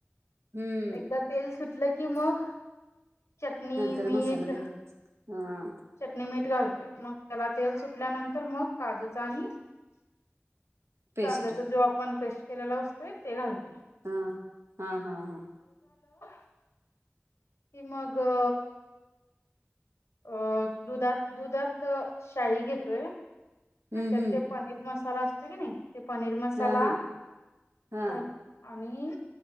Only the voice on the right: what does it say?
हम्म
तर
मसाला ते घालायचेत. ह
पेस्ट
ह. हा! हा! हा.
हम्म
हम्म
हा हा हा